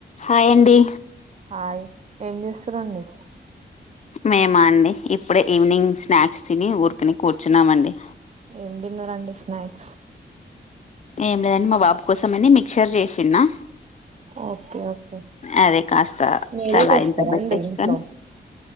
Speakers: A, on the left (about 40°); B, on the right (about 35°).
A: హాయ్ అండి
B: హాయ్ ఏం చేస్తురండి
A: మేమా అండి ఇప్పుడే ఈవినింగ్ స్నాక్స్ తిని ఊరికెనే కూర్చున్నామండి
B: ఏం తిన్నరండి స్నాక్స్
A: ఏం లేదండి మా బాబు కోసం అని మిక్చర్ చేషిన్నా
B: ఓకే ఓకే
A: అదే కాస్త
B: మీరే
A: తలా
B: చేస్తారా
A: ఇంత పెట్టేస్కొని
B: అండి ఇంట్లో